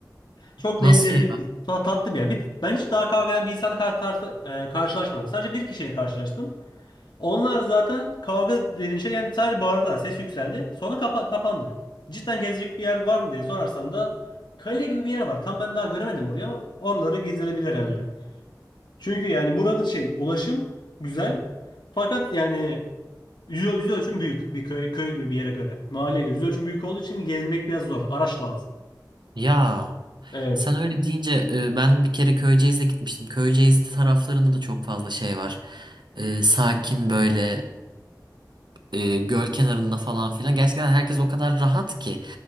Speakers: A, on the left; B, on the right.
A: Çok
B: Nasıl
A: ne- nezih,
B: ya?
A: bir- ta- tatlı bir yer. Bir- Ben hiç daha kavga eden bir insanla kar- tar- e, karşılaşmadım. Sadece bir kişiyle karşılaştım. Onlar zaten kavga dediğin şey yani sadece bağırdılar. Ses yükseldi. Sonra kapa- kapandı. Cidden gezecek bir yer var mı diye sorarsan da kale gibi bir yer var. Tam ben daha göremedim orayı ama oraları gezilebilir herhalde. Çünkü yani burada şey ulaşım güzel. Fakat yani yüz, yüz ölçüm büyük bir köy, köy gibi bir yere göre. Mahalleye göre yüz ölçüm büyük olduğu için gezmek biraz zor. Araç lazım.
B: Ya
A: Evet.
B: sen öyle deyince e, ben bir kere Köyceğiz'e gitmiştim. Köyceğiz taraflarında da çok fazla şey var. E, sakin böyle e, göl kenarında falan filan. Gerçekten herkes o kadar rahat ki.